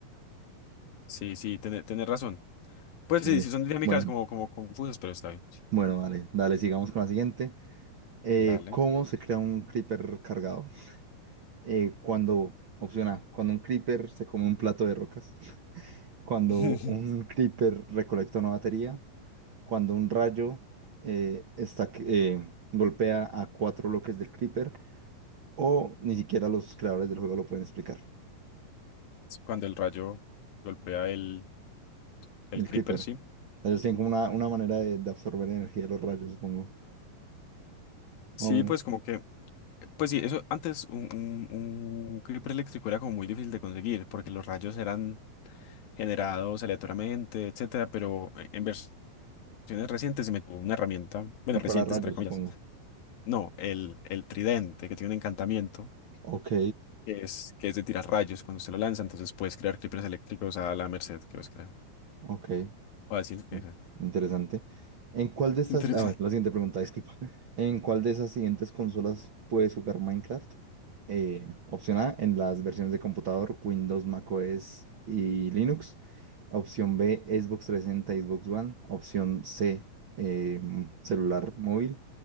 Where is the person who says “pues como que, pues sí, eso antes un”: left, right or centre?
Left